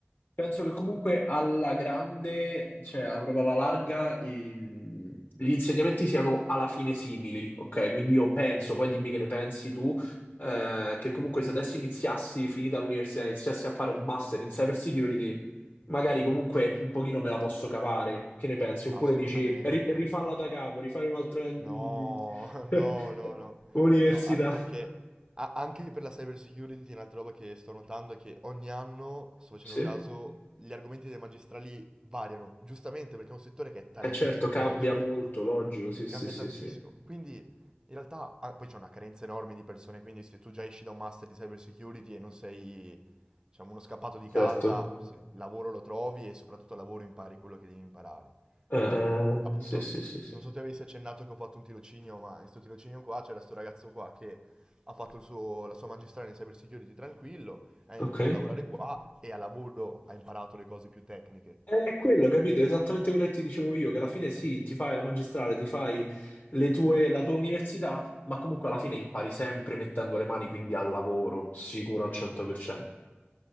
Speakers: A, on the left; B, on the right.
A: Penso che comunque alla grande, cioè a- proprio alla larga, i- gli insegnamenti siano alla fine simili, ok? Quindi io penso, poi dimmi che ne pensi tu, eh, che comunque se adesso iniziassi, finita l'università, iniziassi a fare un master in cyber security, magari comunque un pochino me la posso cavare, che ne pensi? Oppure
B: Assolutamente.
A: dici, "Ri- rifalla da capo, rifare un'altra mm,
B: No, <laughs>
A: <laughs>
B: no, no, no,
A: università.
B: no, anche perché, a- anche per la cyber security, un'altra roba che sto notando è che ogni anno, sto facendo
A: Sì,
B: caso, gli argomenti dei magistrali variano, giustamente perché è un settore che è talmente
A: è certo, cambia
B: veloce,
A: molto, logico, sì,
B: cambia
A: sì, sì,
B: tantissimo.
A: sì,
B: Quindi, in realtà, ah, poi c'è una carenza enorme di persone, quindi se tu già esci da un master di cyber security e non sei, diciamo, uno scappato di
A: certo.
B: casa, se- lavoro lo trovi e soprattutto al lavoro impari quello che devi imparare.
A: Eh,
B: Cioè, appunto,
A: sì, sì, sì, sì.
B: non so se avessi accennato che ho fatto un tirocinio, ma in questo tirocinio qua c'era sto ragazzo qua che ha fatto il suo- la sua magistrale in cyber security tranquillo, è
A: Ok.
B: venuto a lavorare qua e a lavoro ha imparato le cose più tecniche.
A: È quello, capito?
B: Quindi,
A: Esattamente quello che ti dicevo io, che alla fine sì, ti fai la magistrale, ti fai le tue- la tua università, ma comunque alla fine impari sempre mettendo le mani, quindi al lavoro, sicuro al 100%.